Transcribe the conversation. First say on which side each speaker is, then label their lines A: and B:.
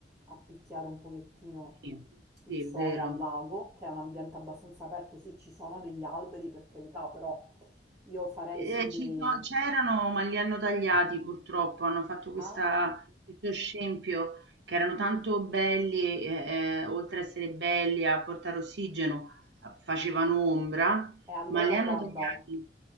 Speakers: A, on the right (about 15°); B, on the right (about 80°).
A: a picchiare un pochettino
B: Sì,
A: il
B: sì,
A: sole
B: è vero.
A: al lago, che è un ambiente abbastanza aperto, sì, ci sono degli alberi per carità, però io farei
B: Eh,
A: sì dei...
B: ci so- c'erano, ma li hanno tagliati purtroppo. Hanno fatto questa-
A: Ah,
B: questo scempio che erano tanto belli, eh, eh, oltre a essere belli a portare ossigeno, a- facevano ombra,
A: E allora
B: ma li hanno
A: guarda,
B: tagliati.